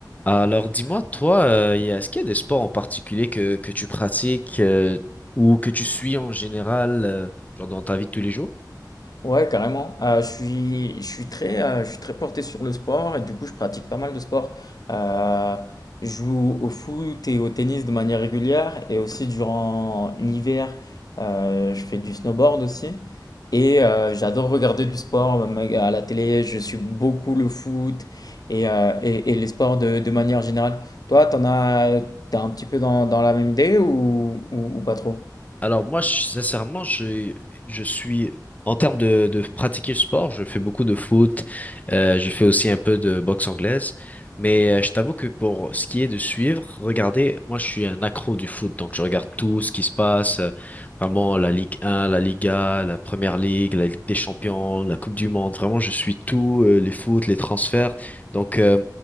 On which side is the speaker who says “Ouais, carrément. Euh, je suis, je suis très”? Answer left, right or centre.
Left